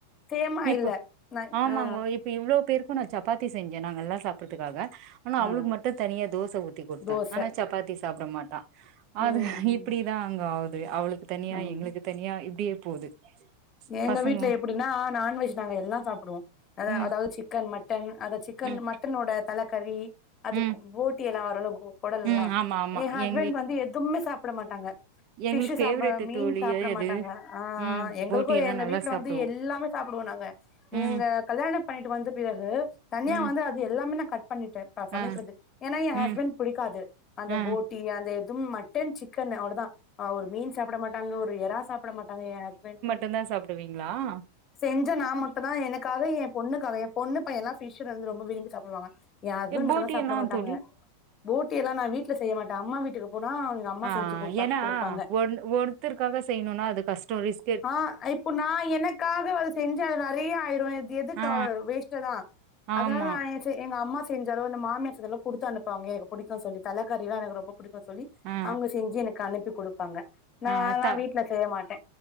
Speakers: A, on the left; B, on the right.
A: சேமா
B: இப்போ
A: இல்ல நா
B: ஆமாங்கோ
A: ஆ
B: இப்ப இவ்ளோ பேருக்கு நான் சப்பாத்தி செஞ்சே நாங்க எல்லா சாப்பறதுக்காக ஆனா
A: ஆ
B: அவளுக்கு மட்டு தனியா தோச ஊத்தி குடுத்த
A: தோச
B: ஆனா சப்பாத்தி சாப்ட மாட்டா அது
A: ம் ம்
B: இப்டி தா அங்க ஆகுது அவளுக்கு தனியா
A: ஆமா
B: எங்களுக்கு தனியா இப்டியே போது
A: ஏங்க
B: பசங்க
A: வீட்டு்ல எப்டின்னா நான்வெஜ் நாங்க எல்லா சாப்டுவோ அத
B: ம்
A: அதாவது சிக்கன் மட்டன் அத சிக்கன்
B: ம்
A: மட்டனோட தலக்கறி அதுக்கு
B: ம்
A: போட்டி எல்லா <unintelligible> உடல் எல்லா
B: ம் ஆமா ஆமா
A: எ ஹஸ்பண்ட்
B: எங்க வீட்
A: வந்து எதும்மே சாப்ட மாட்டாங்க
B: எங்களுக்கு
A: பிஷ்சு
B: ஃபேவரெட்டு
A: சாப்ப மீன்
B: தோழி
A: சாப்ட
B: அது
A: மாட்டாங்க ஆ ஆ
B: ம்
A: எங்களு
B: போட்டி
A: போ
B: எல்லா
A: எங்க
B: நல்லா
A: வீட்ல
B: சாப்டுவோ
A: வந்து எல்லாமே சாப்டுவோ நாங்க
B: ம்
A: இவங்க கல்யாண பண்ணிட்டு வந்த பிறகு தனியா
B: ம்
A: வந்து அது எல்லாமே நா கட் பண்ணிட்ட நா சமக்கிறது
B: ஆ
A: ஏன்னா என்
B: ம்
A: ஹஸ்பண்ட் பிடிக்காது அந்த
B: ஆ
A: போட் ட்டி அந்த எதும் மட்டன் சிக்கன் அவ்ளதா ஆ ஒரு மீன் சாப்ட மாட்டாங்க ஒரு எற சாப்ட மாட்டாங்க என் ஹஸ்பண்ட்டு
B: <unintelligible> தா சாப்டுவிங்களா ஆ
A: செஞ்ச நா மட்டுதா எனக்காக என் பொண்ணுக்காக என் பொண்ணு பயல்லா ஃபிஷ் வந்து ரொம்ப விரும்பி சாப்டுவாங்க என் ஹஸ்பண்ட் மட்டுதா
B: போட்டி
A: சாப்ட
B: எல்லா
A: மாட்டாங்க
B: தோழி
A: போட்டி எல்லா நா வீட்ல செய்ய மாட்ட அம்மா வீட்டுக்கு போனா அம்மா
B: ஆ
A: செஞ்சு குடுத்தா
B: ஏன்னா
A: குடுப்பாங்க
B: ஒன் ஒத்தருக்காக செய்யணுனா அது கஷ்டோ ரீஸ்
A: ஆ இப்போ நா எனக்காக அது செஞ்ச அது நெறைய ஆயிரு இது எதுக்கு
B: ஆ
A: வேஸ்ட்ட தா அதுனால
B: ஆமா
A: நா ஏ எங்க அம்மா செஞ்சாலு அந்த மாமியார் குடுத்து அனுப்பாங்க எனக்கு புடிக்கு சொல்லி தலைக்கறின்னா எனக்கு ரொம்ப புடிக்கு சொல்லி
B: ஆ
A: அவங்க செஞ்சு எனக்கு அனுப்பி கொடுப்பாங்க நா
B: ஆ த
A: வீட்ல செய்ய மாட்ட